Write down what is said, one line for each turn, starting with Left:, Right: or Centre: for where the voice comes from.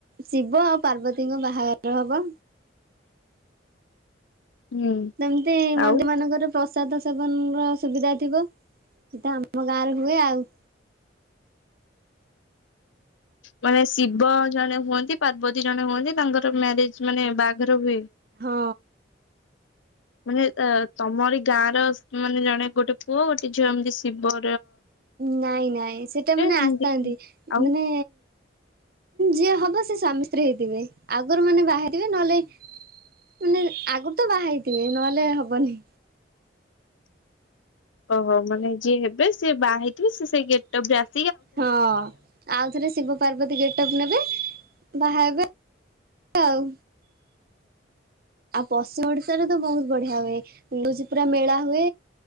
Right: ଶିବ ଆଉ ପାର୍ବତୀଙ୍କ ବାହାଘର ହବ।
Left: ହୁଁ
Right: ସେମିତି ମନ୍ଦି
Left: ଆଉ
Right: ମାନଙ୍କରେ ପ୍ରସ୍ ସାଦ ସେବନ ର ସୁବିଧା ଥିବ ସେଇଟା ଆମ ଗାଁ ରେ ହୁଏ ଆଉ।
Left: ମାନେ ଶିବ ଜଣେ ହୁଅନ୍ତି ପାର୍ବତୀ ଜଣେ ହୁଅନ୍ତି ତାଙ୍କର ମ୍ୟାରେଜ ମାନେ ବାହାଘର ହୁଏ।
Right: ହଁ।
Left: ମାନେ ଅ ତମରି ଗାଁ ର ମାନେ ଜଣେ ଗୋଟେ ପୁଅ ଗୋଟେ ଝିଅ ଏମିତି ଶିବ
Right: ନାଇଁ ନାଇଁ ସେଟା ମାନେ
Left: ଏମିତି
Right: ଆସିଥାନ୍ତି
Left: ଆଉ
Right: ମାନେ ଯିଏ ହବ ସୋମ ସ୍ତ୍ରି ହେଇଥିବେ ଆଗରୁ ମାନେ ବାହଥିବେ ନହେଲେ ମାନେ ଆଗରୁ ତ ବାହା ହେଇଥିବେ ନହେଲେ ହବନି।
Left: ଓହୋ ମାନେ ଯିଏ ହେବେ ସିଏ ବାହା ହେଇଥିବେ ସେ ସେ ଗେଟପ ଟା ଆ
Right: ହଁ ଆଉଥରେ ଶିବ ପାର୍ବତୀ ଗେଟପ ନେବେ ବାହା ହେବେ ଆଉ ପଶ୍ଚିମ ଓଡିଶାରେ ତ ବହୁତ ବଢିଆ ହୁଏ। ମିଳୁଚି ପୁରା ମେଳା ହୁଏ